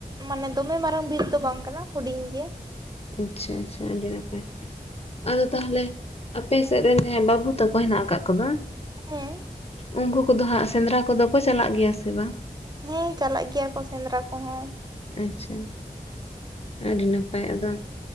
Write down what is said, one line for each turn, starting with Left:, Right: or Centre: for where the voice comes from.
Right: ᱢᱟᱱᱮ ᱫᱚᱢᱮ ᱢᱟᱨᱟᱝ ᱵᱤᱨ ᱫᱚ ᱵᱟᱝ ᱠᱟᱱᱟ, ᱦᱩᱰᱤᱧ ᱜᱮᱭᱟ ᱾
Left: ᱟᱪᱪᱷᱟ ᱟᱪᱪᱷᱟ ᱟᱹᱰᱤ ᱱᱟᱯᱟᱭ ᱾ ᱟᱫᱚ ᱛᱟᱦᱚᱞᱮ, ᱟᱯᱮ ᱥᱮᱫ ᱨᱮᱱ ᱡᱟᱦᱟᱸᱭ ᱵᱟᱹᱵᱩ ᱛᱟᱠᱚ ᱦᱮᱱᱟᱜ ᱟᱠᱟᱫ ᱠᱚᱫᱟᱼᱼ
Right: ᱦᱮᱸ
Left: ᱩᱱᱠᱩ ᱠᱚᱫᱚ ᱦᱟᱸᱜ ᱥᱮᱸᱫᱽᱨᱟ ᱠᱚᱫᱚ ᱠᱚ ᱪᱟᱞᱟᱜ ᱜᱮᱭᱟ ᱥᱮ ᱵᱟᱝ?
Right: ᱦᱮᱸ ᱪᱟᱞᱟᱜ ᱜᱮᱭᱟ ᱠᱚ ᱥᱮᱸᱫᱽᱨᱟ ᱠᱚᱦᱚᱸ ᱾
Left: ᱟᱪᱪᱷᱟ, ᱟᱹᱰᱤ ᱱᱟᱯᱟᱭ ᱟᱫᱚ ᱾